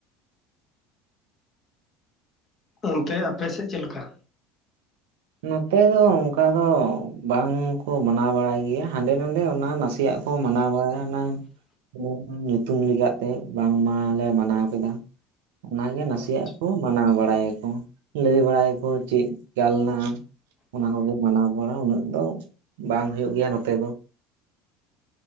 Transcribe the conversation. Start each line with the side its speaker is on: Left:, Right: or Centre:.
Left: ᱚᱱᱛᱮ ᱟᱯᱮᱥᱮᱫ ᱪᱮᱫ ᱞᱮᱠᱟ?
Right: ᱱᱚᱛᱮ ᱫᱚ ᱚᱱᱠᱟ ᱫᱚ ᱵᱟᱝᱠᱩ ᱢᱟᱱᱟᱣ ᱵᱟᱲᱟᱭ ᱜᱮᱭᱟ ᱦᱟᱸᱰᱮ ᱱᱟᱰᱮ ᱚᱱᱟ ᱱᱟᱥᱮᱭᱟᱜ ᱠᱚ ᱠᱚ ᱢᱟᱱᱟᱣ ᱵᱟᱲᱟᱭᱟ ᱚᱱᱟ ᱱᱚᱣᱟ ᱧᱩᱛᱩᱢ ᱞᱮᱠᱟᱛᱮ ᱵᱟᱝ ᱢᱟᱞᱮ ᱢᱟᱱᱟᱣ ᱠᱮᱫᱟ᱾ ᱚᱱᱟᱜᱮ ᱱᱟᱥᱮᱭᱟᱜ
Left: ᱟᱪᱪᱷᱟ
Right: ᱠᱩ ᱢᱟᱱᱟᱣ ᱵᱟᱲᱟᱭᱟᱠᱚ ᱞᱟᱹᱭ ᱵᱟᱲᱟᱭᱟᱠᱚ ᱪᱮᱫ ᱪᱮᱠᱟᱞᱮᱠᱟ ᱚᱱᱟ ᱠᱚᱜᱮ ᱢᱟᱱᱟᱣ ᱵᱟᱲᱟ ᱩᱱᱟᱹᱜ ᱫᱚ ᱵᱟᱝ ᱦᱩᱭᱩᱜ ᱜᱮᱭᱟ ᱱᱚᱛᱮ ᱫᱚ